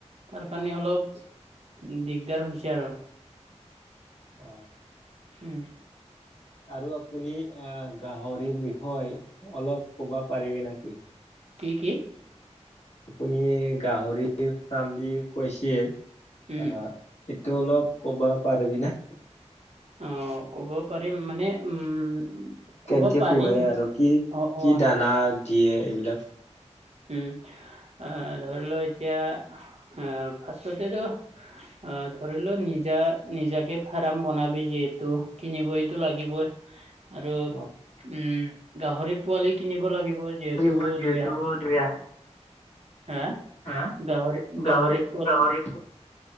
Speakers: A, on the right (about 65°); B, on the left (about 75°).
A: তাৰ কাৰণে
B: অ
A: অলপ দিগদাৰ হৈছে আৰু।
B: অহ।
A: উম
B: আৰু আপুনি গাহৰিৰ বিষয়ে অলপ ক'বা পাৰিবি নাকি?
A: কি কি?
B: আপুনি গাহৰি ফ্ৰাম দি কৈছিল
A: উম
B: আহ এইটো অলপ ক'বা পাৰিবি না?
A: অহ ক'ব পাৰিম মানে উম ক'ব
B: কেনেকে
A: পাৰিম
B: পোহে? আৰু কি
A: অ অ
B: কি দানা দিয়ে এইবিলাক
A: উম আহ ধৰি লও এতিয়া আহ ফাৰ্চটতেতো অ ধৰি লও নিজা নিজাকে ফাৰ্ম বনাবি যিহেতু কিনিবইটো লাগিব।
B: <inaudible>
A: আৰু উম
B: অ
A: গাহৰি পোৱালি কিনিব লাগিব যিহেতু
B: <unintelligible>
A: দুই হা
B: হা।
A: গাহৰি
B: গহৰি-গহৰি
A: গাহৰি পোৱালি